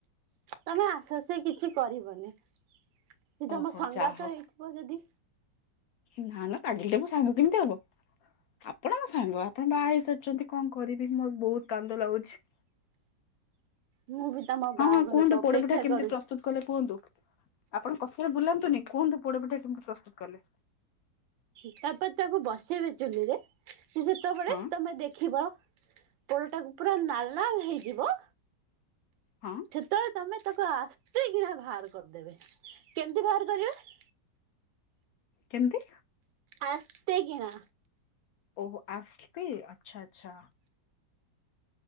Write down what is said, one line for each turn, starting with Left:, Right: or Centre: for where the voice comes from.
Right: ତମେ ଆସଆସ କିଛି କରିବନି। କି ତମ
Left: ଓହୋ
Right: ସଙ୍ଗାତ
Left: ଯାହା ହଉ
Right: ହେଇଥିବ ଯଦି?
Left: ନା ନା ପାଗିଳିଟା ମୋ ସାଙ୍ଗ କେମତି ହବ? ଆପଣ ମୋ ସାଙ୍ଗ ଆପଣ ବାହା ହେଇସାରିଚନ୍ତି କଁ କରିବି ମୋର ବହୁତ କାନ୍ଦ ଲାଗୁଛି।
Right: ମୁଁ ବି ତମ
Left: ହଁ
Right: ବାହାଘରକୁ
Left: ହଁ କୁହନ୍ତୁ
Right: ଅପେକ୍ଷା
Left: ପୋଡପିଠା କେମିତି
Right: କରୁଛି।
Left: ପ୍ରସ୍ତୁତ କଲେ କୁହନ୍ତୁ ଆପଣ କଚରେ ବୁଲାନ୍ତୁନି କୁହନ୍ତୁ ପୋଡ ପିଠା କେମିତି ପ୍ରସ୍ତୁତ କଲେ?
Right: ତାପରେ ତାକୁ ବସେଇବ ଚୁଲିରେ। ସେ ଯେତେବେଳେ
Left: ହଁ
Right: ତମେ ଦେଖିବ ତଳଟାକୁ ପୁରା ନାଲ ନାଲ ହେଇଯିବ
Left: ହଁ।
Right: ଛେତେବେଳେ ତମେ ତାକୁ ଆସ୍ତେ କିନା ବାହାର କରିଦେବେ‌। କେମିତି ବାହାର କରିବେ?
Left: କେମତି?
Right: ଆସ୍ତେ କିନା
Left: ଓହ ଆସ୍ତେ ଆଛା ଆଛା।